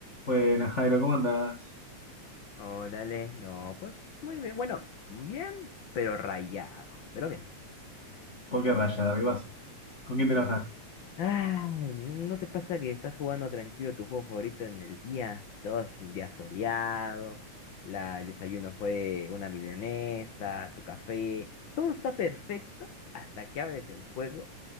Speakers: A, on the left (about 45°); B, on the left (about 65°).
A: Buenas, Jairo, ¿cómo andás?
B: Órale, no, pues muy bien. Bueno, bien, pero rayado, pero bien.
A: ¿Por qué raya, ¿Qué pasa? ¿Con quién te enojaste?
B: Ay, ¿no no te pasa que estás jugando tranquilo tu juego favorito en el día? Todo es un día soleado, la, el desayuno fue una milanesa, tu café, todo está perfecto hasta que abres el juego